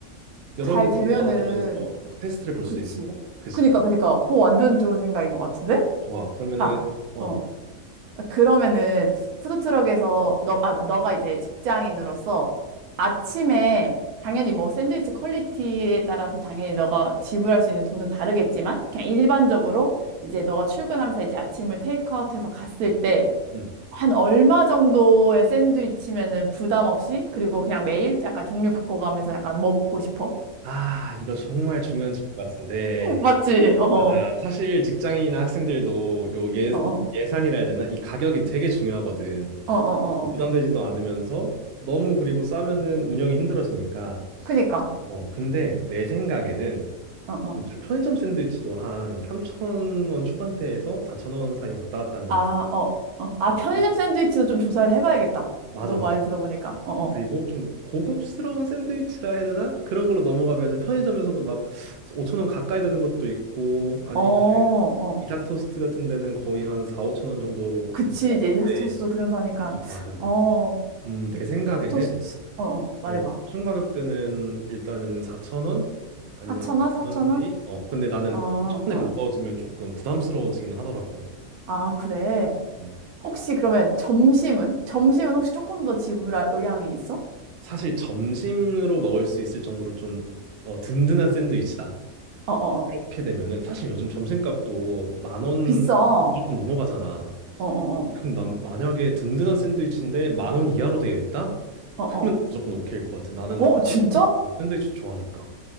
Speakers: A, on the right; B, on the right.
A: 여러분들
B: 잘 되면은
A: 돌아다니면서 막 테스트를 볼
B: 그치.
A: 수도 있는 거고. 그치
B: 그니까, 그니까. 그거 완전 좋은 생각인 것 같은데?
A: 좋아. 그러면은,
B: 아,
A: 어,
B: 어. 그러면은, 푸드트럭에서, 너, 아, 너가 이제 직장인으로서 아침에 당연히 뭐 샌드위치 퀄리티에 따라서 당연히 너가 지불할 수 있는 돈은 다르겠지만, 그냥 일반적으로 이제 너가 출근하면서 이제 아침을 테이크아웃해서 갔을 때,
A: 음.
B: 한 얼마 정도의 샌드위치면은 부담 없이, 그리고 그냥 매일 약간 종류 바꿔가면서 약간 먹고 싶어?
A: 아, 이거 정말 중요한 질문 같은데.
B: <laughs> 맞지? 어, 어,
A: 맞아. 사실 직장인이나 학생들도 요 예,
B: 어,
A: 예산이라 해야 되나? 이 가격이 되게 중요하거든.
B: 어, 어.
A: 부담되지도
B: 어.
A: 않으면서 너무 그리고 싸면은 운영이 힘들어지니까.
B: 그니까.
A: 어, 근데 내 생각에는
B: 어, 어.
A: 요즘 편의점 샌드위치도 한3천원 초반대에서 4천원 사이 왔다 갔다 한단
B: 아,
A: 말이야.
B: 어, 어. 아, 편의점
A: 오,
B: 샌드위치도 좀 조사를 해봐야겠다.
A: 맞아,
B: 너
A: 맞아.
B: 말 들어보니까.
A: 어,
B: 어, 어.
A: 그리고 좀 고급스러운 샌드위치라 해야 되나? 그런 걸로 넘어가면은 편의점에서도 막5천원 가까이 되는 것도 있고 아니면
B: 어, 어.
A: 이삭 토스트 같은 데는 거의 한 4, 5천 원 정도
B: 그치,
A: 되는 것
B: 이제
A: 같은데.
B: 이 토스도 그 정도 하니까.
A: 어, 맞아.
B: 어,
A: 음, 내 생각에는
B: 짝 토스트. 어, 어. 말해봐.
A: 어, 옵션 가격대는 일단은 4,000원 아니면
B: 4,000원?
A: 5,000원
B: 4,000원?
A: 사이? 어, 근데 나는
B: 어, 어.
A: 5천 원에 가까워지면 조금 부담스러워지긴 하더라고.
B: 아, 그래.
A: 음.
B: 혹시 그러면 점심은? 점심은 혹시 조금 더 지불할 의향이 있어?
A: 사실 점심으로 먹을 수 있을 정도로 좀 어, 든든한 샌드위치다.
B: 어, 어, 어.
A: 이렇게 되면은 사실 요즘 점심값도 만 원
B: 비싸. 어,
A: 무조건 넘어가잖아.
B: 어, 어.
A: 근데 난 만약에 든든한 샌드위치인데 만 원 이하로 되어 있다?
B: 어,
A: 그러면
B: 어.
A: 무조건 오케이일 것 같아. 나는
B: 어, 진짜?
A: 샌드위치 좋아하니까.